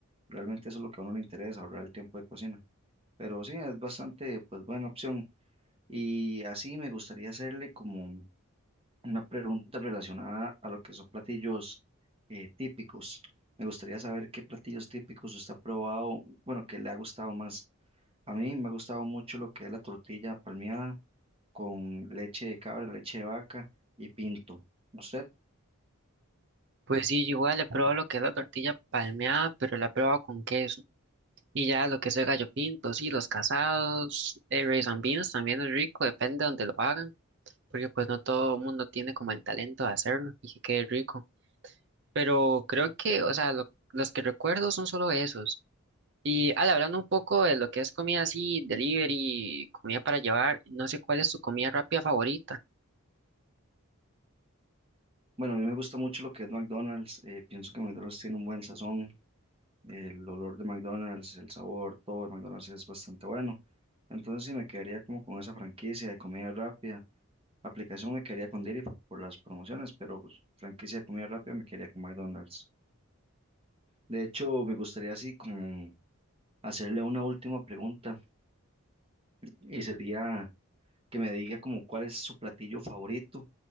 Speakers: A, on the right; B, on the right.
A: realmente eso es lo que a uno le interesa, ahorrar el tiempo de cocina. Pero sí, es bastante, pues, buena opción. Y así me gustaría hacerle como una pregunta relacionada a lo que son platillos eh, típicos. Me gustaría saber qué platillos típicos usted ha probado, bueno, que le ha gustado más. A mí me ha gustado mucho lo que es la tortilla palmeada con leche de cabra, leche de vaca y pinto. ¿Usted?
B: Pues sí, yo igual he probado lo que es la tortilla palmeada, pero la he probado con queso. Y ya lo que es el gallo pinto, sí, los casados, el rice and beans también es rico, depende de donde lo hagan. porque pues no todo el mundo tiene como el talento de hacerlo y que quede rico. Pero creo que, o sea, lo- los que recuerdo son solo esos. Y al hablando un poco de lo que es comida así, delivery, comida para llevar, no sé cuál es tu comida rápida favorita.
A: Bueno, a mí me gusta mucho lo que es McDonald's. eh, pienso que McDonald's tiene un buen sazón. El olor de McDonald's, el sabor, todo de McDonald's es bastante bueno. Entonces sí me quedaría como con esa franquicia de comida rápida. Aplicación me quedaría con Didi por, por las promociones, pero pues, franquicia de comida rápida me quedaría con McDonald's. De hecho, me gustaría así como hacerle una última pregunta y sería que me diga como cuál es su platillo favorito